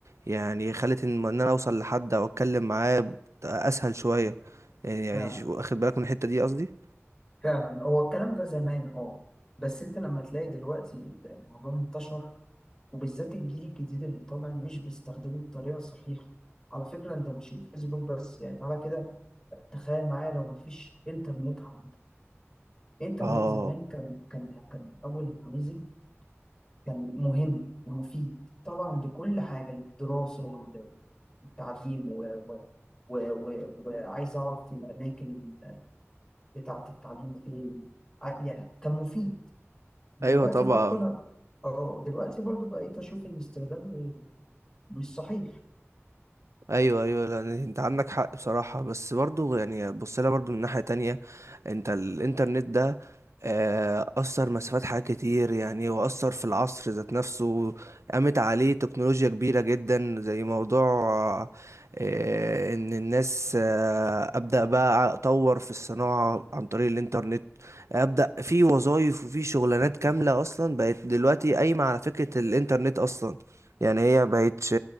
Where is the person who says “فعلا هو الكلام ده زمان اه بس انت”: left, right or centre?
Left